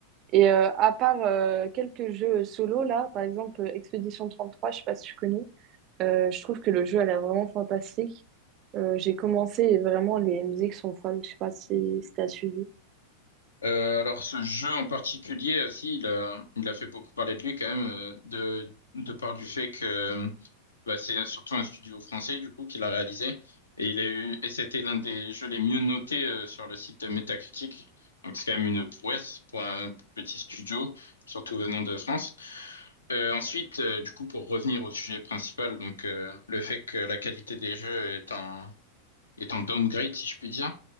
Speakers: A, on the right (about 35°); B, on the left (about 70°).
A: Et euh, à part euh, quelques jeux solo, là, par exemple, euh, Expedition 33, je sais pas si tu connais, euh, je trouve que le jeu a l'air vraiment fantastique. Euh, j'ai commencé et vraiment, les musiques sont folles, je sais pas si, si t'as suivi.
B: Euh, alors, ce jeu en particulier aussi, il a, il a fait beaucoup parler de lui quand même, euh, de, de par du fait que bah, c'est surtout un studio français du coup qui l'a réalisé. Et il a eu, et c'était l'un des jeux les mieux notés euh, sur le site Metacritic. Donc c'est quand même une prouesse pour un petit studio, surtout venant de France. Euh, ensuite, euh, du coup, pour revenir au sujet principal, donc euh, le fait que la qualité des jeux est un est en downgrade, si je puis dire,